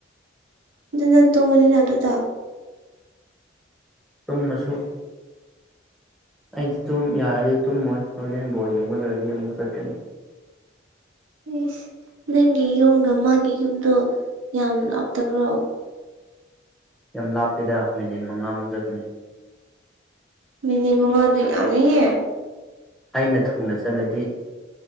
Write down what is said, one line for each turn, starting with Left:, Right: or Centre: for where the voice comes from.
Right: ꯑꯗꯨ ꯅꯪ ꯇꯨꯡꯕꯅꯤꯅ ꯑꯗꯨꯗ
Centre: ꯇꯨꯝꯃꯁꯨ ꯑꯩꯗꯤ ꯇꯨꯝ ꯌꯥꯔꯗꯤ ꯇꯨꯝꯃꯣꯏ ꯍꯣꯂꯦꯟ ꯕꯣꯟ ꯌꯦꯡꯕ ꯂꯣꯏꯔꯗꯤ ꯑꯃꯨꯛ ꯆꯠꯀꯅꯤ
Right: ꯑꯦ ꯅꯪꯒꯤ ꯌꯨꯝꯒ ꯃꯥꯒꯤ ꯌꯨꯝꯗꯣ ꯌꯥꯝ ꯂꯥꯞꯇꯕ꯭ꯔꯣ
Centre: ꯌꯥꯝ ꯂꯥꯞꯄꯦꯗ ꯃꯤꯅꯤꯠ ꯃꯉꯥꯃꯨꯛ ꯆꯠꯕꯅꯤ
Right: ꯃꯤꯅꯤꯠ ꯃꯉꯥꯗꯤ ꯌꯝꯃꯤꯍꯦ
Centre: ꯑꯩꯅ ꯊꯨꯅ ꯆꯠꯂꯗꯤ